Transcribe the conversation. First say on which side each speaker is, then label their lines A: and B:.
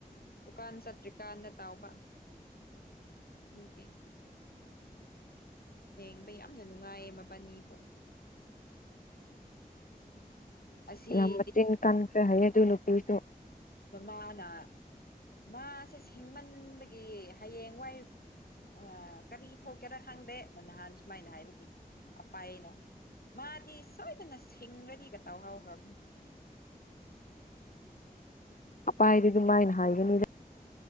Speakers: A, on the left; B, on the left.
A: ꯗꯨꯀꯥꯟ ꯆꯠꯇ꯭ꯔꯤꯀꯥꯟꯗ ꯇꯧꯕ ꯗꯨꯒꯤ ꯌꯦꯡꯕ ꯌꯥꯝꯅ ꯅꯨꯡꯉꯥꯏ ꯃꯕꯥꯅꯤꯕꯨꯨ ꯑꯁꯤꯗꯤ
B: ꯌꯥꯝ ꯃꯆꯤꯟ ꯀꯟꯈ꯭ꯔꯦ ꯍꯥꯏꯌꯦ ꯑꯗꯨ ꯅꯨꯄꯤꯗꯨ
A: <unintelligible> ꯃꯥꯅ ꯃꯥꯁꯦ ꯁꯤꯡꯃꯟꯕꯒꯤ ꯍꯌꯦꯡꯋꯥꯏ ꯑꯥ ꯀꯔꯤ ꯊꯣꯛꯀꯦꯔꯥ ꯈꯪꯗꯦ ꯅꯍꯥꯟ ꯁꯨꯃꯥꯏꯅ ꯍꯥꯏꯕꯒꯤ ꯑꯄꯥꯏ ꯑꯩꯅ ꯃꯥꯗꯤ ꯁꯣꯏꯗꯅ ꯁꯤꯡꯒꯅꯤꯒ ꯇꯧꯍꯧ <unintelligible>
B: ꯑꯄꯥꯏꯕꯗꯤ ꯃꯥꯏꯅ ꯍꯥꯏꯒꯅꯤ